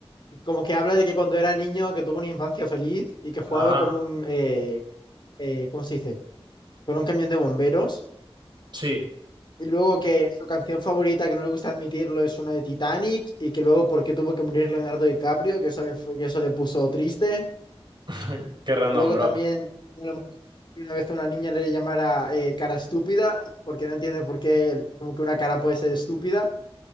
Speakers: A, on the left; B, on the right.
A: Como que habla de que cuando era niño, que tuvo una infancia feliz y que jugaba
B: Ajá,
A: con un, eh, eh, ¿cómo se dice? Con un camión de bomberos.
B: sí.
A: Y luego que su canción favorita, que no le gusta admitirlo, es una de Titanic. Y que luego porque tuvo que morir Leonardo DiCaprio, que eso le, fue- que eso le puso triste.
B: <laughs> Qué random,
A: Luego
B: bro.
A: también no una vez una niña le llamara eh, cara estúpida, porque no entiende por qué como que una cara puede ser estúpida.